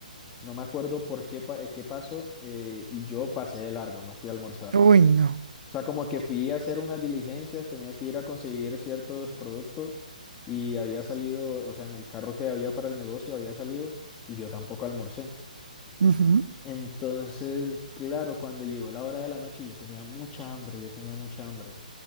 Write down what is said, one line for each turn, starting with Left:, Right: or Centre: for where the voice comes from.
Left: no me acuerdo por qué, pa- eh, qué pasó eh, y yo pasé de largo, no fui a almorzar.
Right: Uy,
Left: O
Right: no.
Left: sea, o sea, como que fui a hacer unas diligencias, tenía que ir a conseguir ciertos productos y había salido, o sea, en el carro que había para el negocio había salido y yo tampoco almorcé.
Right: Ujú.
Left: Entonces, claro, cuando llegó la hora de la noche yo tenía mucha hambre, yo tenía mucha hambre